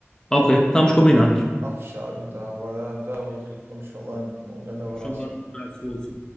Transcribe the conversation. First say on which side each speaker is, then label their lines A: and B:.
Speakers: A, on the left (about 15°); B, on the right (about 55°).
A: ok, estamos combinados.
B: Tá fechado então. Vai lá então, Henrique. Vamos falando. Um grande abraço.
A: Vamos falar um abraço, Lúcio.